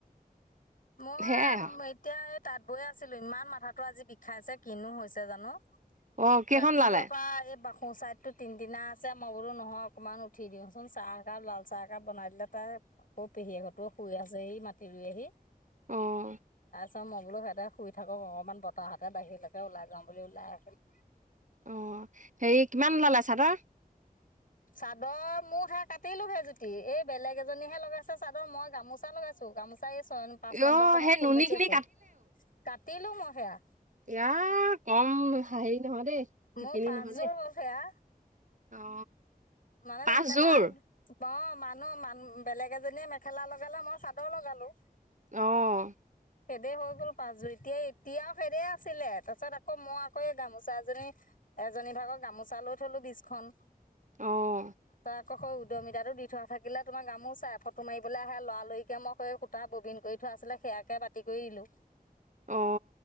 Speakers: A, on the left (about 60°); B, on the right (about 55°).
A: মই
B: সেয়াই আৰু
A: এতিয়া তাত বৈয়ে আছিলো ইমান মাথাো আজি বিষাইছে কিনো হৈছে জানো
B: অ', কেইখন
A: ৰাতিপুৱা
B: ওলালে?
A: পা এই সোচাইডতো তিনদিনা আছে মই বোলো নহয় অকণমান উঠি দিওঁচোন চাহ একাপ লাল চাহ একাপ বনাই দিলে তাই কৌ পেহী এ ঘতও শুই আছেহি মাটি ৰুই আহি
B: আহ
A: পাৰত মই বো সহঁতে শই থাকক অকণমান বতাহতে বাহিৰলৈকে ওলাই যাওঁ বুলি ওলাই আহিল
B: আহ হেৰি কিমান ললাই চাদৰ
A: চাদৰ মোকহে কাটিলো হেজুতি এই বেলেগ এজনীহে লগাইছে চাদৰ মই গামোচা লগাইছো গামোচা এই ছ পাঁচ নম্বৰ
B: অ
A: খত
B: সেই
A: ফুল
B: নুনী
A: বাজি
B: খিনি
A: আছো কাটিলো মই সেয়া
B: ইয়াৰ কম হেৰি নহয় দেই শিপিনী
A: মোৰ পাঁচযোৰ
B: নহয় দেই
A: সেয়া
B: অ
A: মানে
B: পাঁচযোৰ
A: মেখেলা অ মানুহ মান বেলেগ এজনীয়ে মেখেলা লগালে মই চাদৰ লগালো
B: আহ
A: খেদে হৈ গ'ল পাঁচযোৰ এতিয়া এতিয়াও খেদে আছিলে তাৰপিছত আকৌ মই আকৌ এই গামোচা এজনী এজনী ভাগৰ গামোচা লৈ থলো বীজখন
B: অহ
A: ক খ উদয়মিতাৰটো দি থাকিলে তোমাৰ গামোচাই ফটো মাৰিবলে আহে লৰাৰিকে মই সূতা ববিন কৰি থ থোৱা আছিলে সেয়াকে বাতি কৰি দিলো
B: অ